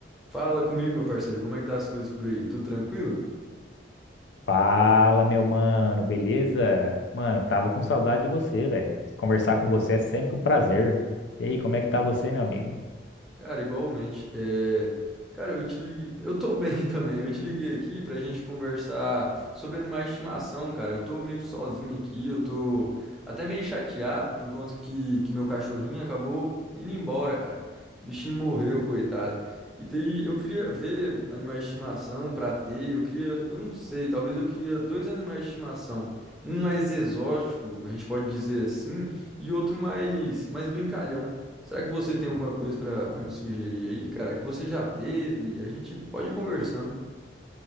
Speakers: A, in the centre; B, on the left.
A: Fala comigo, meu parceiro, como é que tá as coisas por aí? Tudo tranquilo?
B: Fala, meu mano, beleza? Mano, tava com saudade de você, velho. Conversar com você é sempre um prazer. E aí, como é que tá você, meu amigo?
A: Cara, igualmente. É... Cara, eu te liguei. Eu tô bem <laughs> também. Eu te liguei aqui pra gente conversar sobre animais de estimação, cara. Eu tô meio sozinho aqui, eu tô. Até meio chateado por conta que, que meu cachorrinho acabou indo embora, cara. O bichinho morreu, coitado. E daí eu queria ver animais de estimação pra ter. Eu queria, eu não sei, talvez eu queria dois animais de estimação. Um mais exótico, a gente pode dizer assim, e outro mais, mais brincalhão. Será que você tem alguma coisa pra pra me sugerir aí, cara? Que você já teve? A gente pode ir conversando.